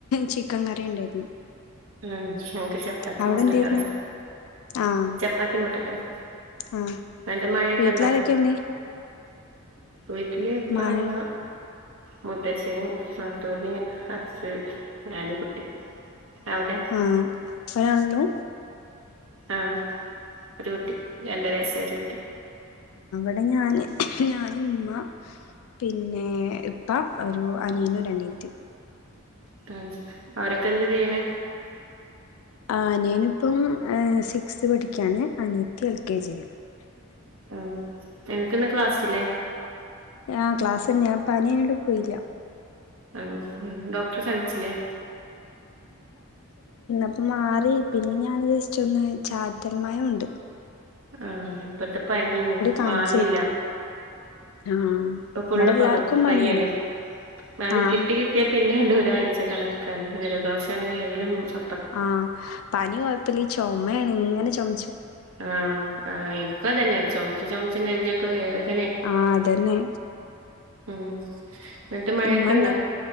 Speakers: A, on the left; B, on the right.
A: ചിക്കൻ കറിയും ഉണ്ടായിരുന്നു
B: ഉം നമുക്ക് ചപ്പാത്തി
A: അവിടെ
B: മുട്ടക്കറി
A: എന്തായിരുന്നു ആഹ്
B: ചപ്പാത്തി മുട്ടക്കറിം
A: ആഹ്
B: വടെ മഴയൊക്കെ
A: വീട്ടിലാരൊക്കെയുണ്ട്
B: ഉണ്ടോ വിട്ടില് ഉപ്പ
A: മഴ
B: ഉമ്മ മുത്തച്ഛന് നാത്തൂൻ ഹസ് ഞാൻ കുട്ടി അവിടെ
A: ആഹ് ഒരാളല്ലൂ
B: ആഹ് ഒരു കുട്ടി രണ്ടരയസായരു കുട്ടി
A: അ ഞാന് ഞൻ ഉമ്മ പിന്നെ ഇപ്പ ഒരു അനിയൻ അനിയത്തി
B: ഉം അവരൊക്കെ എന്ത് ചെയ്യണ
A: ആ അതിയനിപ്പം സിക്സ്ത് പഠിക്കയാണ് അനിയത്തി എൽ കെ ജി
B: ആ നിനക്കിന്ന് ക്ലാസില്ലേ
A: ആ ക്ലാസ്ണ്ട് ഞാൻ പനി ആയോണ്ട് പോയില്ല
B: ആണോ ഡോക്ടർ കാണിച്ചില്ലേ
A: അ മാറി പിന്നെ ഞാൻ ജെസ്റ്റ് ഒന്ന് ചാറ്റൽ മഴ കൊണ്ട്
B: ആഹ് ഇപ്പത്തെ പനി
A: കാണിച്ചേര്ന്നു
B: മാറുന്നില്ല
A: ആഹ്
B: ഇപ്പൊ ഫുള്ള്
A: ഇവിടെ എല്ലാർക്കും
B: പകർച്ചപ്പനിയാണ്ണ്
A: പനിയേനി ആഹ്
B: കിട്ടി കിട്ടിയ പിന്നെ ഒരാഴ്ച കണക്കാണ് ഇതി ജലദോഷം ആണെങ്കി അയ്ലും സ
A: ആഹ് പനി കൊഴപ്പില്ല ഈ ചുമയാണ് ഇങ്ങനെ ചുമ
B: ആ ആ ഇപ്പ തന്നെ ചുമച്ച ചുമച്ച് നെഞ്ഞൊക്കെ വേദ
A: ആഹ് അതന്നെ
B: ഉം എന്നിട്ട് മഴയൊക്കെണ്ടോ
A: മ്മന്നെ